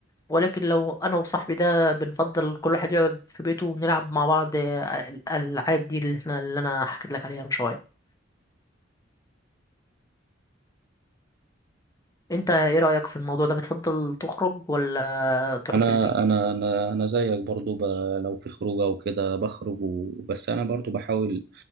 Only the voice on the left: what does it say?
ولكن لو انا وصاحبي ده بنفضل كل واحد يقعد في بيته ونلعب مع بعض آه، الالعاب دي اللي احنا اللي انا حكيت لك عليها من شويه انت ايه رايك في الموضوع ده بتفضل تخرج ولا تقعد
في البيت